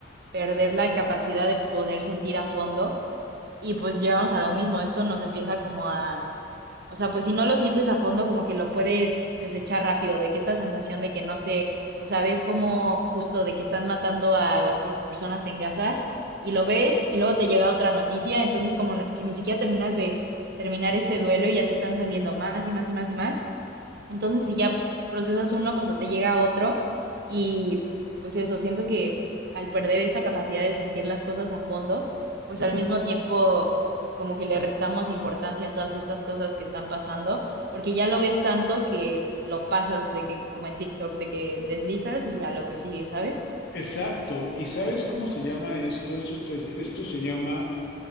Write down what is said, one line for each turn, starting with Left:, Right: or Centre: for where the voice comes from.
Right: perder la capacidad de poder sentir a fondo y pues llegamos a lo mismo, esto nos empieza como a o sea, pues si no lo sientes a fondo, como que lo puedes desechar rápido, de que esta sensación de que no sé, o sea, ves como justo de que están matando a las personas en Gaza y lo ves y luego te llega otra noticia, entonces como que ni siquiera terminas de terminar este duelo y ya te están saliendo más y más y más y más. Entonces, si ya procesas uno cuando te llega otro y pues eso, siento que al perder esta capacidad de sentir las cosas a fondo, pues al mismo tiempo, pues como que le restamos importancia a todas estas cosas que están pasando, porque ya lo ves tanto que lo pasas de que como en TikTok, de que deslizas y a lo que sigue, ¿sabes?
Left: Exacto. ¿Y sabes cómo se llama esto? Esto, se- esto se llama